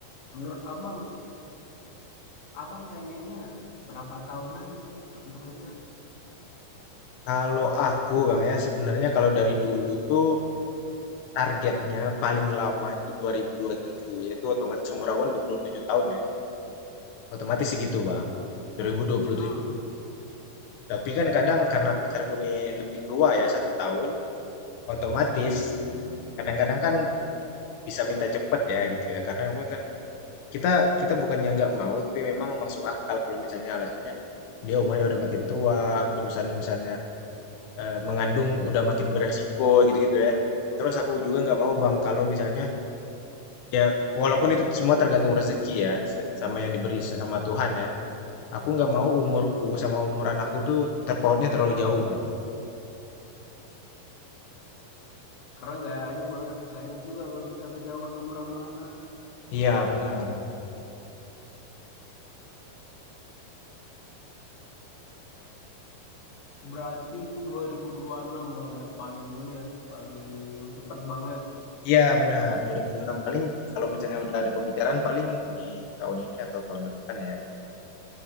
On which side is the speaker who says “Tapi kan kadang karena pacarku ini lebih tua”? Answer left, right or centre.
Left